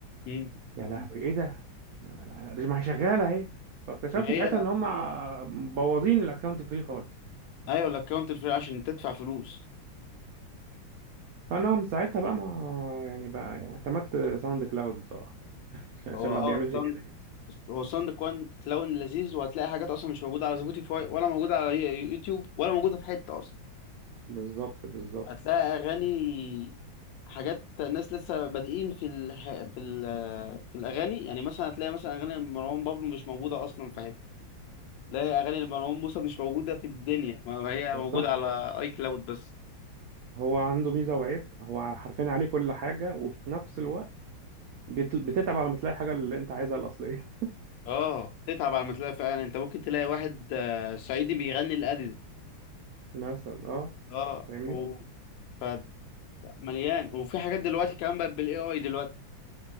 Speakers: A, on the left (about 70°); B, on the right (about 85°).
A: امم
B: يا لهوي ايه ده لا- ده ما هي شغاله اهي فاكتشفت
A: ما هي
B: ساعتها ان هم ايوه ع- مبوظين الاكونت فري خالص
A: ايوه الاكونت الفري عشان تدفع فلوس
B: فانا من ساعتها بقى ما يعني بقى يعني اعتمدت ساوند كلاود بصراحه يعني عشان عشان
A: هو اه
B: ما بيعملش
A: ساوند
B: اه كده يعني
A: هو ساوند كوان كلاون لذيذ وهتلاقي حاجات اصلا مش موجوده على سبوتيفاي ولا موجوده على يو- يوتيوب ولا موجوده في حته اصلا
B: بالظبط بالظبط
A: هتلاقي اغاني حاجات ناس لسه بادئين في الح... في ال... في الاغاني يعني مثلا هتلاقي مثلا اغاني مروان بابلو مش موجوده اصلا في حته لا يا اغاني لمروان موسى مش موجوده في الدنيا ما هي
B: بالظبط
A: موجوده على اي كلاود بس
B: هو عنده ميزه وعيب هو حرفيا عليه كل حاجه وفي نفس الوقت بت- بتتعب على ما تلاقي الحاجة اللي انت عايزها الأصلية
A: اه تتعب على ما تلاقي فعلا انت ممكن تلاقي واحد آه، صعيدي بيغني الادل
B: <laughs> مثلا اه
A: اه
B: فاهمني
A: و ف- مليان وفي حاجات دلوقتي كمان بقت بالاي اي دلوقتي